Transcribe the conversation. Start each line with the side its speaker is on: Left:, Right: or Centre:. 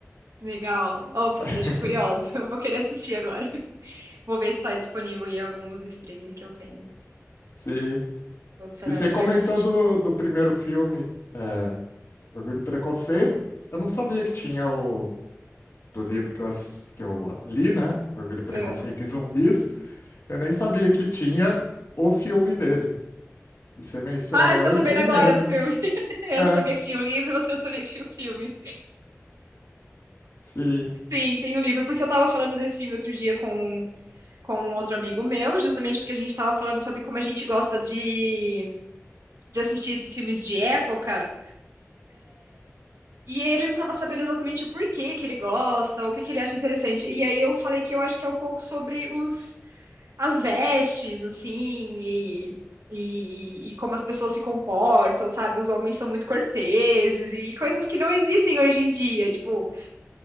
Right: Legal. Opa,
Left: <laughs>
Right: me deixou curiosa. <laughs> Eu vou querer assistir agora. <laughs> Vou ver se está disponível em algum dos streamings que eu tenho.
Left: Sim.
Right: Vou adicionar
Left: E você
Right: na minha
Left: comentou
Right: listinha.
Left: do, do primeiro filme, é, Orgulho e Preconceito. Eu não sabia que tinha o do livro que eu, ass- que eu li, né? Orgulho, e Preconceito
Right: Ah,
Left: e Zumbis. Eu nem sabia que tinha o filme dele. E você mencionou
Right: Ah, você está sabendo
Left: e tem
Right: agora
Left: mesmo.
Right: do filme. <laughs> Eu
Left: É,
Right: não sabia que tinha um livro, <laughs> você não sabia que tinha um filme.
Left: sim.
Right: Sim, tem o um livro, porque eu estava falando desse filme outro dia com, com um outro amigo meu, justamente porque a gente estava falando sobre como a gente gosta de, de assistir esses filmes de época. E ele não estava sabendo exatamente o porquê que ele gosta, o que que ele acha interessante. E aí eu falei que eu acho que é um pouco sobre os, as vestes, assim, e, e, e como as pessoas se comportam, sabe? Os homens são muito corteses e coisas que não existem hoje em dia, tipo,